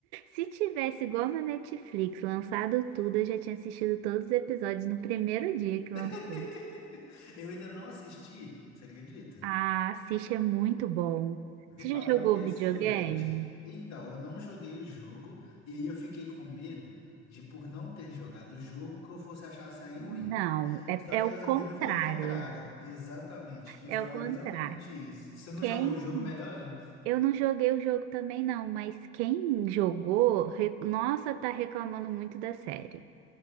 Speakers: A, on the right (about 75°); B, on the left (about 50°).
A: Se tivesse igual na Netflix, lançado tudo, eu já tinha assistido todos os episódios no primeiro dia que lançou.
B: <laughs> Eu ainda não assisti, você acredita?
A: Ah, assiste, é muito bom.
B: Me
A: Você
B: falaram
A: já jogou
B: que é
A: videogame?
B: excelente. Então, eu não joguei o jogo, e aí eu fiquei com medo de, por não ter jogado o jogo, que eu fosse achar a série ruim.
A: Não, é,
B: Só que
A: é o
B: aí os
A: contrário.
B: amigos me falaram o contrário. Exatamente. Me
A: É
B: falaram
A: o contrário.
B: exatamente isso. Você não
A: Quem?
B: jogou o jogo, melhor ainda.
A: Eu não joguei o jogo também, não, mas quem jogou, re- nossa, tá reclamando muito da série.